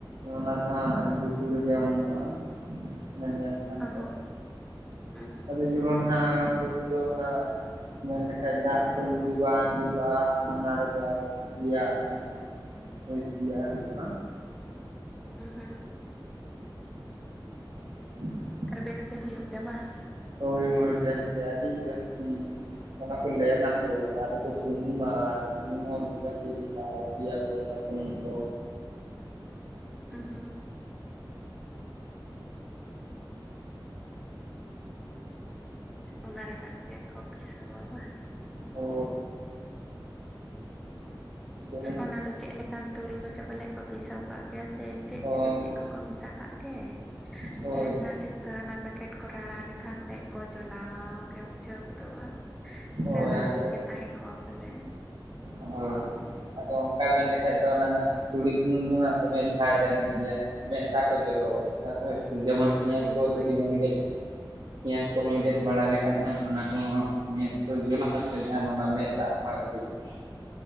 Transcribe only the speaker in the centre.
ᱚᱦᱚᱸ
ᱩᱦᱩᱸ
ᱩᱸᱦ-ᱦᱩᱸ ᱾
ᱟᱨ ᱵᱮᱥ ᱜᱮ ᱦᱩᱭᱩᱜ ᱜᱮᱭᱟ ᱵᱟᱝ?
ᱩᱸᱦ-ᱦᱩᱸ ᱾ ᱚᱱᱟ ᱨᱮᱱᱟᱜ ᱜᱮᱠᱚ ᱯᱤᱥᱟᱹᱣᱟ ᱵᱟ
ᱚᱱᱟ ᱫᱚ ᱪᱮᱫ ᱞᱮᱠᱟᱱ ᱛᱩᱲᱤ ᱠᱚᱪᱚ ᱯᱟᱞᱮ ᱠᱚ ᱯᱤᱥᱟᱹᱣ ᱠᱟᱜ ᱜᱮᱭᱟ ᱥᱮ ᱪᱮᱜ
ᱥᱮ ᱪᱮᱜ ᱠᱚᱠᱚ ᱢᱮᱥᱟ ᱠᱟᱜ ᱜᱮ
ᱡᱟᱦᱟᱸᱭ ᱡᱟᱦᱟᱸ ᱛᱤᱥ ᱛᱚ ᱚᱱᱟ ᱯᱮᱠᱮᱴ ᱠᱚ ᱨᱟᱲᱟ ᱞᱮᱠᱷᱟᱱ ᱢᱮᱫ ᱠᱚ ᱪᱚᱞᱟᱣ ᱜᱮ ᱵᱩᱡᱷᱟᱹᱣ ᱜᱚᱫᱚᱜᱼᱟ,
ᱥᱮ ᱨᱟᱹᱜᱤ
ᱜᱮ ᱛᱟᱦᱮᱸ ᱠᱚᱜᱼᱟ ᱯᱟᱞᱮ?
ᱦᱳᱭ
ᱦᱳᱭ